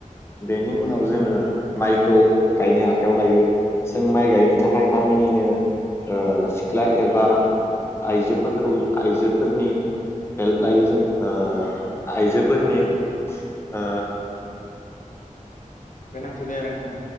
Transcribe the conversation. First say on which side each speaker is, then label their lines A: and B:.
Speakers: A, on the left (about 75°); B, on the left (about 20°).
A: नोंथां
B: बेनि उनाव
A: नंगौ
B: जोङो माइखौ गायनो आखायाव लायो जों माइ
A: नंगौ
B: गायनो थाखाय गामिनिनो ओ सिख्ला एबा आइजोफोरखौ आइजोफोरनि हेल्प लायो जों ओ
A: नोंथां नंगौ
B: आइजोफोरनि
A: नोंथां नंगौ
B: ओ
A: गोनांथि जायो आरो नोंथां